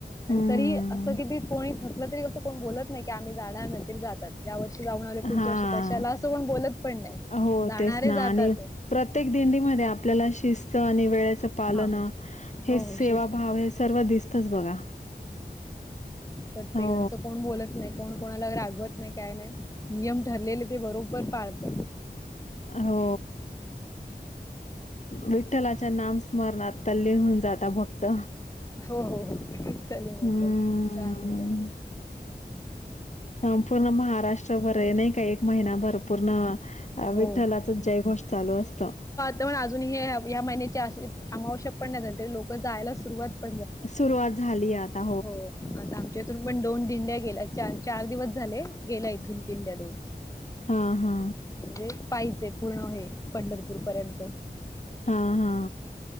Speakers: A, on the left (about 20°); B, on the left (about 45°).
A: आणि
B: हम्म.
A: तरी असं किती कोणी थकलं तरी असं कोण बोलत नाही आम्ही जाणार नंतरी जातात. या वर्षी जाऊन आले पुढच्या
B: हा
A: वर्षी कशाला असं कोण बोलत पण नाही
B: हो
A: जाणारे
B: तेच ना
A: जातात.
B: आणि प्रत्येक दिंडीमध्ये आपल्याला शिस्त आणि वेळेच पालन
A: हा हो
B: हे सेवाभव
A: हो शिस्त
B: हे सर्व दिसतच बघा.
A: प्रत्येकजन
B: हो
A: कोण बोलत नाही कोण कोणाला रागवत नाही काय नाही नियम ठरलेले ते बरोबर पाळत
B: हो. विठ्ठलाच्या नाम स्मरणात तल्लीन होऊन जाता भक्त.
A: हो हो हो तल्लीन होतात
B: हम्म
A: छान. वाटत
B: हा पूर्ण महाराष्ट्रभर आहे नाही का एक महिना भर पूर्ण.
A: हो.
B: विठ्ठलाचच जयघोष चालू असतं.
A: तर म्हण अजूनही हे या महिन्याचे असे अमावश्य पण नाही झाले तरी लोकं जायला सुरुवात
B: सुरुवात झाली आता
A: हो आत्ता थून पण दोन दिंड्या गेल्या च चार दिवस झाले गेल्या इथून दिंड्या दोन
B: हा हा.
A: म्हणजे पाहिचंय पूर्ण आहे पंढरपूर पर्यंत
B: हा हा